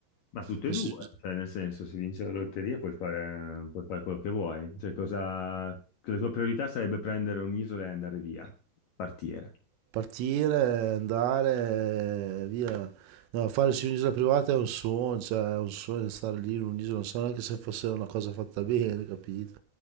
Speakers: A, on the left; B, on the right.
A: Ma tutte
B: Adesso-
A: e due, cioè nel senso, se vinci la lotteria puoi fare, puoi fare quello che vuoi. Cioè, cosa... La tua priorità sarebbe prendere un'isola e andare via, partire.
B: Partire, andare, via. No, fare su un'isola privata è un sogno, cioè è un sogno stare lì in un'isola, non so neanche se fosse una cosa fatta bene, capito?